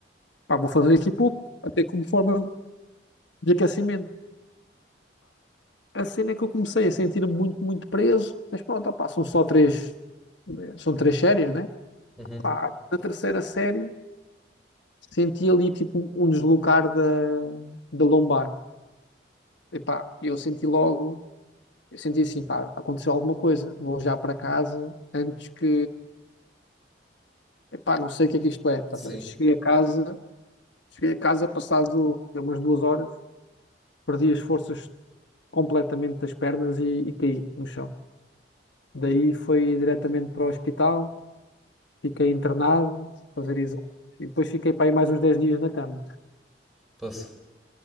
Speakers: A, on the left (about 75°); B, in the centre.
A: pá, vou fazer aqui pouco, até como forma de aquecimento. A cena é que eu comecei a sentir-me muito, muito preso, mas pronto, opá, são só três, eh, são três séries, né?
B: Uhum.
A: Pá, na terceira série senti ali tipo um deslocar da, da lombar. Epá, eu senti logo, eu senti assim, pá, aconteceu alguma coisa, vou já para casa antes que, epá, não sei o que é que isto é. Estás
B: Sim.
A: a ver? Cheguei a casa, cheguei a casa passado umas duas horas, perdi as forças completamente das pernas e, e caí no chão. Daí foi diretamente para o hospital Fiquei internado, fazer exames, e depois fiquei para aí mais uns 10 dias na cama.
B: Posso,